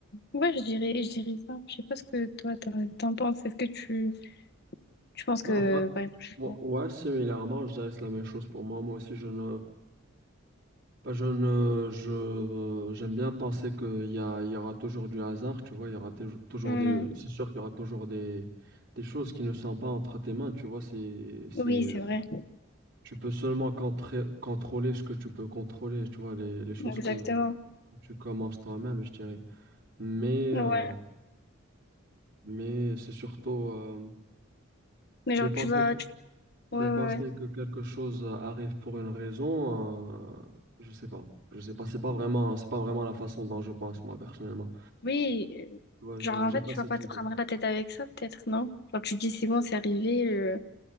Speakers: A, on the left (about 50°); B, on the right (about 60°).
A: ouais, je dirais, je dirais ça. Je sais pas ce que toi, t'en t'en penses. Est-ce que tu je pense
B: Ben
A: que,
B: ouais,
A: par exemple, je-
B: moi- ouais, similairement, je dirais que c'est la même chose pour moi. Moi aussi, je ne, Bah, je ne, je, euh, j'aime bien penser qu'il y a, il y aura toujours du hasard, tu vois, il y aura tou- toujours
A: Hmm.
B: des, c'est sûr qu'il y aura toujours des, des choses qui ne sont pas entre tes mains, tu vois, c'est, c'est,
A: Oui, c'est
B: euh,
A: vrai.
B: tu peux seulement contré- contrôler ce que tu peux contrôler, tu vois, les, les choses
A: Exactement.
B: que tu commences toi-même, je dirais. Mais,
A: Ouais.
B: euh, mais c'est surtout euh,
A: Mais
B: de
A: genre,
B: penser,
A: tu vas... tu-
B: de
A: Ouais,
B: penser
A: ouais, ouais.
B: que quelque chose arrive pour une raison, euh, je sais pas, je sais pas, c'est pas vraiment, c'est pas vraiment la façon dont je pense moi personnellement.
A: Oui, euh,
B: Ouais, je
A: genre, en
B: j'ai
A: fait,
B: pas
A: tu
B: cette
A: vas pas
B: idée.
A: te prendre la tête avec ça, peut-être, non? Genre, tu te dis, c'est bon, c'est arrivé. euh,